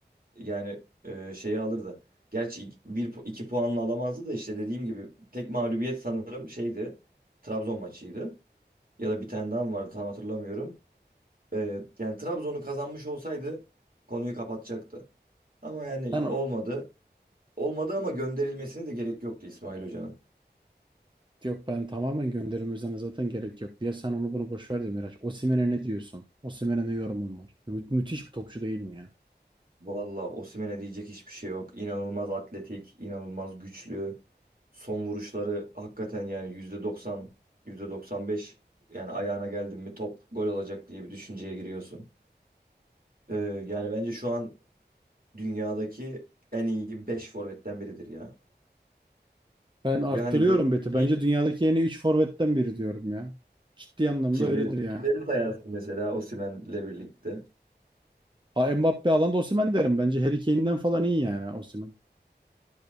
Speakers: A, on the right; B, on the right.
A: Yani e, şeyi alırdı. Gerçi ik- bir, pu- iki puanla alamazdı da işte dediğim gibi tek mağlubiyet sanırım şeydi. Trabzon maçıydı. Ya da bir tane daha mı vardı tam hatırlamıyorum. E, yani Trabzon'u kazanmış olsaydı konuyu kapatacaktı. Ama yani
B: Sen
A: olmadı.
B: o-
A: Olmadı ama gönderilmesine de gerek yoktu İsmail Hoca'nın.
B: yok ben tamamen gönderilmesine zaten gerek yok diye sen onu bunu boş ver de Miraç. Osimhen'e ne diyorsun? Osimhen'e ne yorumun var? Mü- müthiş bir topçu değil mi ya?
A: Valla Osimhen'e diyecek hiçbir şey yok. İnanılmaz atletik, inanılmaz güçlü. Son vuruşları hakikaten yani %90, %95 yani ayağına geldin mi top gol olacak diye bir düşünceye giriyorsun. Ee, yani bence şu an dünyadaki en iyi 5 forvetten biridir ya.
B: Ben arttırıyorum
A: Ve hani böyle
B: Beti. Bence
A: şey,
B: dünyadaki en iyi 3 forvetten biri diyorum ya. Ciddi anlamda
A: kimleri,
B: öyledir ya.
A: kimleri sayarsın mesela Osimhen'le birlikte.
B: Ha, Mbappe alanda Osimhen derim. Bence Harry Kane'den falan iyi yani Osimhen.